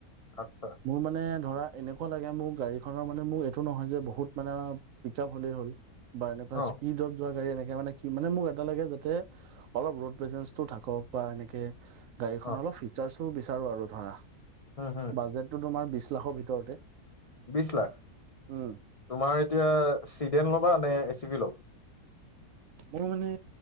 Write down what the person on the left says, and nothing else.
আচ্ছা
অ
অ
উম হম
বিশ লাখ,
তোমাৰ এতিয়া চিডেন ল'বা নে, এ চি বি ল'বা?